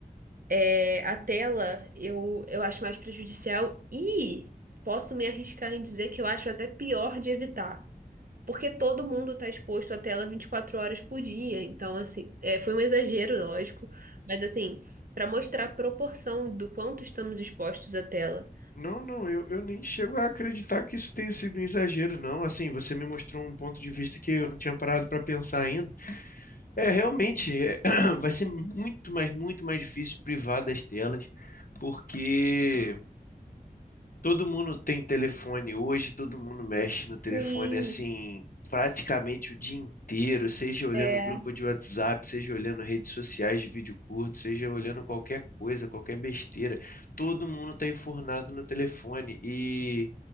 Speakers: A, on the right; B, on the left.
A: é, a tela eu, eu acho mais prejudicial e posso me arriscar em dizer que eu acho até pior de evitar. Porque todo mundo está exposto à tela 24 horas por dia. Então, assim, é, foi um exagero, lógico. Mas, assim, para mostrar a proporção do quanto estamos expostos à tela.
B: Não, não, eu, eu nem chego a acreditar que isso tenha sido um exagero, não. Assim, você me mostrou um ponto de vista que eu não tinha parado para pensar ainda. É, realmente, é, <clears throat> vai ser muito, mas muito mais difícil privar das telas, porque. Todo mundo tem telefone hoje, todo mundo mexe no telefone
A: Sim,
B: assim, praticamente o dia inteiro, seja olhando
A: É,
B: grupo de WhatsApp, seja olhando redes sociais de vídeo curto, seja olhando qualquer coisa, qualquer besteira. Todo mundo está enfurnado no telefone. E